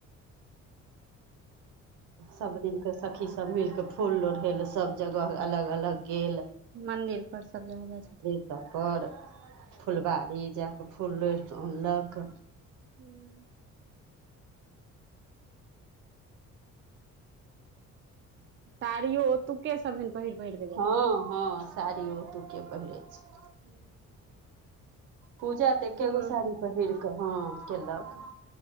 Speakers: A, on the right; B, on the right.
A: सब दिन कऽ सखी सब मिल केऽ फूल लोढ़ैेल सभ जगह अलग अलग गेल
B: मन्दिर पर सब जगह जाइ छथिन
A: सब पर फुलबाारी जाक फूल लोढ़िक अनलक
B: हूँ सारीयो ओतुके सब हिन पहिल पहिल बेर
A: हँ हँ साड़ियो ओतुके पहिरै छै।
B: हूँ
A: पूजा तऽ एके गो
B: आ
A: साड़ी पहिर कऽ हँ केलक।